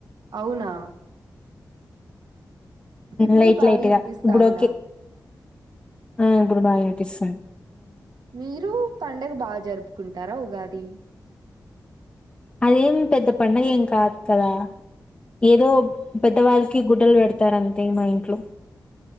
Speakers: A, on the right; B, on the left.
A: అవునా ఇప్పుడు
B: లైట్
A: బాగా
B: లైట్గా
A: వినిపిస్తాందా
B: ఇప్పుడు కే ఆ ఇప్పుడు బానే ఇనుపిస్తుంది
A: మీరు పండగ బాగా జరుపుకుంటారా ఉగాది
B: అదేం పెద్ద పండగ ఏం కాదు కదా ఏదో పెద్దవాళ్ళకి గుడ్డలు పెడతారు అంతే మా ఇంట్లో.